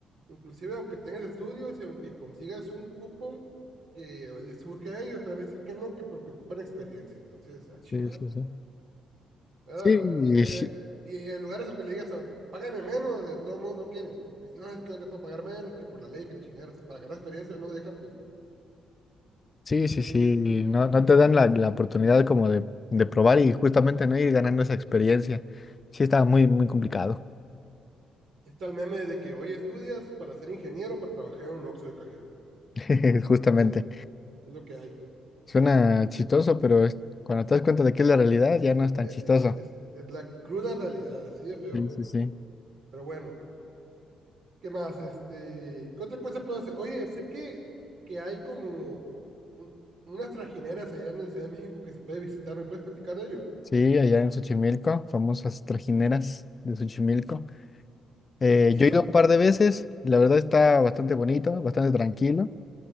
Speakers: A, on the right; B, on the left.
A: inclusive aunque tengas estudios y aunque consigas un cupo que les surge a ellos, te van a decir que no, que porque ocupan experiencia. Entonces, a chingado,
B: Sí, sí, sí.
A: ¿verdad?
B: Sí,
A: Y, eh, y en lugares en que le digas, "Oh, págame menos, de todos modos no quieren. Dicen, no, es que no te puedo pagar menos, que por la ley, que le chingaron, o sea, para ganar experiencia no dejan, pues.
B: Sí, sí,
A: Eh,
B: sí, no, no te dan la, la oportunidad como de, de probar y justamente no ir ganando esa experiencia. Sí, estaba muy, muy complicado,
A: está el meme de que hoy estudias para ser ingeniero, para trabajar en un oxxo de cajero.
B: <laughs> justamente.
A: Eh, es lo que hay.
B: Suena chistoso, pero es- cuando te das cuenta de que es la realidad, ya no es tan
A: Eh,
B: chistoso.
A: Es, es, es, la cruda realidad, así de feo.
B: Sí, sí, sí.
A: Pero bueno, ¿qué más? Este, ¿Qué otra cosa puedo hacer? Oye, sé que, que hay como un- unas trajineras allá en la Ciudad de México que se puede visitar, ¿me puedes platicar de ello?
B: Sí, allá en Xochimilco, famosas trajineras de Xochimilco. Eh,
A: Y, y esa,
B: yo he ido un par de veces, y la verdad está bastante bonito, bastante tranquilo,